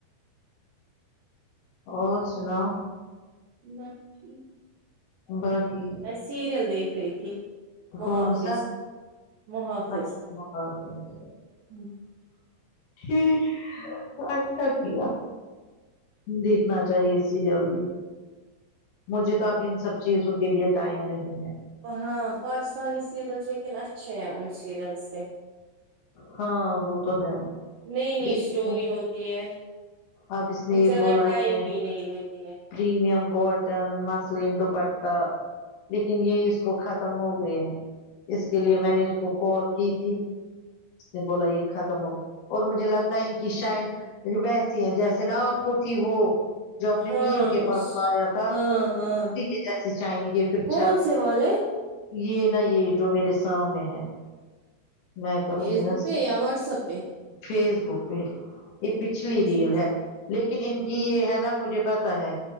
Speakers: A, on the left; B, on the right.
A: اور سناؤ
B: بس ٹھیک
A: باقی
B: میں سیریل دیکھ رہی تھی محافظ
A: کون سا
B: محافظ
A: اچھا محافظ
B: ہوں
A: ٹھیک اچھا کیا دیکھنا چاہیے سیریئل بھی مجھے تو اب ان سب چیزوں کے لیے ٹائم نہیں ہے
B: ہاں پاکستانی سیریلس لیکن اچھے ہیں ان سیریل سے
A: ہاں وہ تو ہے
B: نئی نئی
A: دیکھو
B: اسٹوری
A: میں
B: ہوتی ہے
A: اب اس
B: اور
A: نے یہ
B: زیادہ
A: بولا
B: ٹائم
A: ہے میں
B: بھی نہیں لیتی ہے
A: پریمیم کاٹن مصلن دو پٹا لیکن یہ اس کو ختم ہو گئے ہیں اس کے لیے میں نے اس کو کال کی تھی اس نے بولا یہ ختم ہو گیا اور مجھے لگتا ہے ان کی شائن ویسی ہیں جیسے نا آپ کو تھی وہ جو اپنے
B: ہاں
A: میم کے
B: اس
A: پاس لایا تھا
B: ہاں ہاں
A: کتی کے جیسی چائنی کے پھر
B: کون
A: چک
B: سے والے
A: یہ نہ یہ جو میرے سام میں ہے میں کروں
B: فیس
A: گی
B: بک پہ
A: سیٹ
B: یا واٹس ایپ پہ
A: فیس بک پہ یہ پچھلی
B: اچھا
A: ریل
B: ٹھیک
A: ہے لیکن ان کی یہ ہے نا مجھے پتا ہے